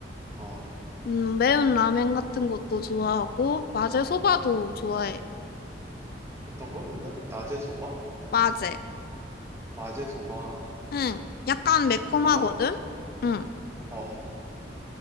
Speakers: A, on the right (about 15°); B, on the left (about 55°).
A: 어,
B: 음, 매운 라멘 같은 것도 좋아하고, 마제 소바도 좋아해.
A: 어떤 거? 나, 낮에 소바?
B: 마제.
A: 마제 소바.
B: 응, 약간 매콤하거든?
A: 나,
B: 응,
A: 어,